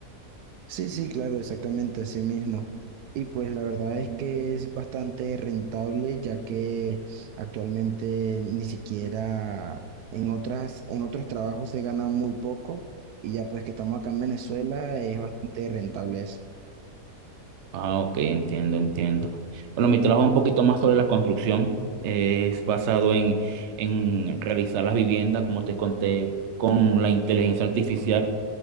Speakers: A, on the right; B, on the right.
A: Sí, sí, claro, exactamente así mismo. Y pues la verdad es que es bastante rentable, ya que actualmente ni siquiera en otras, en otros trabajos se gana muy poco, y ya pues que estamos acá en Venezuela es bastante rentable eso.
B: Ah, ok, entiendo, entiendo. Bueno, mi trabajo es un poquito más sobre la construcción. eh, Es basado en, en realizar las viviendas, como te conté, con la inteligencia artificial.